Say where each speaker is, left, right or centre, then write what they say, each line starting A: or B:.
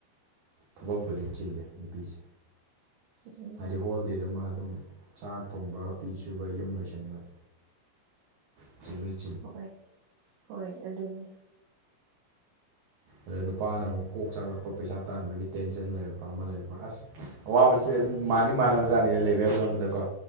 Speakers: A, on the right (about 65°); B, on the right (about 80°).
A: ꯊꯕꯛꯄꯨꯗꯤ ꯆꯤꯜꯂꯦ ꯅꯨꯄꯤꯁꯦ
B: ꯎꯝ
A: ꯍꯥꯏꯗꯤ ꯍꯣꯜꯗꯦꯗꯨꯃ ꯑꯗꯨꯝ ꯆꯥꯛ ꯊꯣꯡꯕ ꯐꯤ ꯁꯨꯕ ꯌꯨꯝ ꯂꯩꯁꯟꯕ <unintelligible>
B: ꯍꯣꯏ ꯍꯣꯏ ꯑꯗꯨꯅꯤ
A: ꯑ ꯅꯨꯄꯥꯅ ꯑꯃꯨꯛ ꯀꯣꯛ ꯆꯥꯛꯂꯛꯄ ꯄꯩꯁꯥ ꯇꯥꯟꯕꯒꯤ ꯇꯦꯟꯁꯟ ꯂꯩꯔꯛꯄ ꯑꯃ ꯂꯩꯔꯛꯄ ꯑꯁ ꯑꯋꯥꯕꯁꯦ ꯑꯗꯨꯝ ꯃꯥꯗꯤ ꯃꯥꯟꯅꯕꯖꯥꯠꯅꯤꯅ ꯂꯦꯚꯦꯜ ꯑꯣꯟꯕꯗꯀꯣ